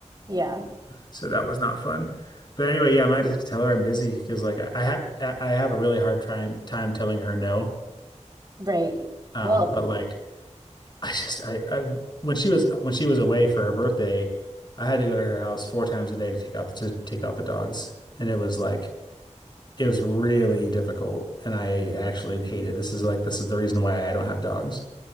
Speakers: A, on the right; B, on the left.
A: yeah
B: So that was not fun. But anyway, yeah, I might just have to tell her I'm busy because like I ha I have a really hard time time telling her no.
A: right
B: Um,
A: well
B: but like I just I, I when she was when she was away for her birthday, I had to go to her house four times a day to take out the, to take out the dogs, and it was like It was really difficult, and I
A: mm,
B: actually hate it. This is like this is the reason why I don't have dogs.